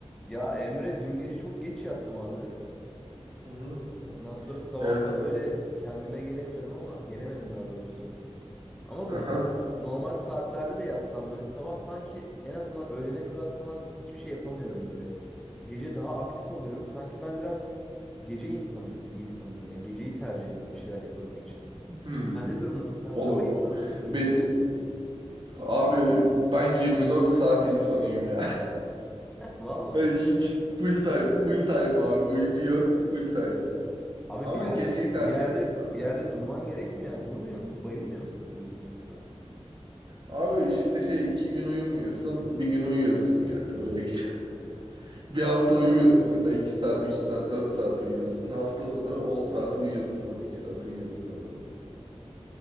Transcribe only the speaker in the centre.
Ya Emre dün gece çok geç yattım abi.
Ondan sonra sabah
da böyle kendime gelemiyorum ama gelemedim daha doğrusu. Ama bu
normal, normal saatlerde de yatsam böyle sabah sanki en azından öğlene kadar falan hiçbir şey yapamıyorum böyle. Gece daha aktif oluyorum. Sanki ben biraz gece insanıyım, insanıyım ya. Geceyi tercih ediyorum bir şeyler yapabilmek için.
Sende durum nasıl? Sen sabah
insanı mısın, gece
insanı mısın?
Valla.
Abi
bir yerde
bir yerde
bir
yerde durman gerekmiyor ya. Durmuyor musun? Bayılmıyor musun mesela uykusuzluktan?